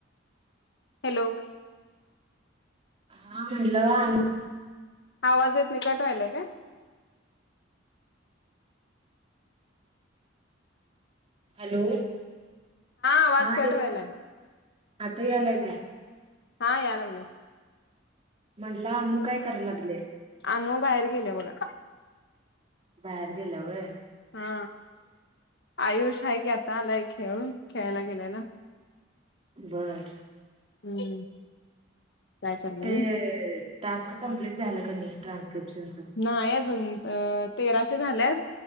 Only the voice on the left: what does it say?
हॅलो
आवाज येत नि कट व्हायलाय का
आवाज
कट व्हायलाय
हा यालगली
अनु बाहेर गेले बघा
हा आयुष आहे की आतालाय खेळून खेळायला गेल्याला
हम्म काय चाललं
मी
नाही अजून तेराशे झाल्यात